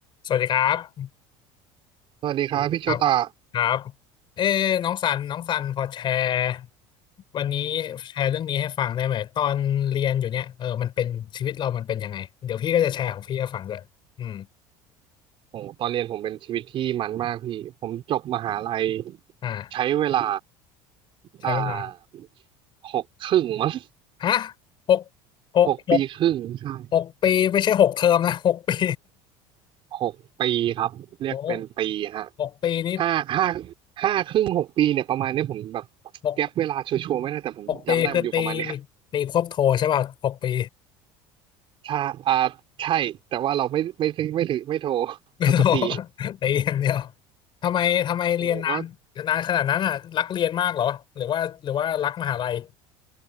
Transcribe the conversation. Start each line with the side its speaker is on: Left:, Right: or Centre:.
Left: สวัสดีครับ
Right: สวัสดีครับพี่โชตะ
Left: ครับครับเอ้น้องสันน้องสันพอแชร์วันนี้แชร์เรื่องนี้ให้ฟังได้ไหมตอนเรียนอยู่เนี่ยเออมันเป็นชีวิตเรามันเป็นยังไงเดี๋ยวพี่ก็จะแชร์ของพี่ให้ฟังด้วยอืม
Right: โอ้ตอนเรียนผมเป็นชีวิตที่มันมากพี่ ผมจบมหาลัย
Left: อ่า
Right: ใช้เวลา
Left: ใช้เวลา
Right: อ่าหกครึ่งมั้ง
Left: ฮะหกหกหก
Right: หกปีครึ่งใช่
Left: หกปีไม่ใช่หกเทอมนะหกปี
Right: หกปีครับเรียกเป็นปีฮะ
Left: <laughs> โอ้หกปีนี้
Right: ห้าห้าห้าครึ่งหกปีเนี่ยประมาณเนี้ยผมแบบแก็ปเวลาชัวร์ๆไม่ได้แต่ผมจำได้มันอยู่ประมาณเนี้ย
Left: หกหกปีคือตีตีควบโทใช่ป่ะหกปี
Right: ชาอ่าใช่แต่ว่าเราไม่ไม่ไม่ถือไม่โทร
Left: ไม่ต้อง
Right: เราจบตี
Left: <laughs> ตีอย่างเดียวทำไมทำไมเรียนนานนานขนาดนั้นอ่ะรักเรียนมากเหรอหรือว่าหรือว่ารักมหาลัย
Right: โอ้โหก็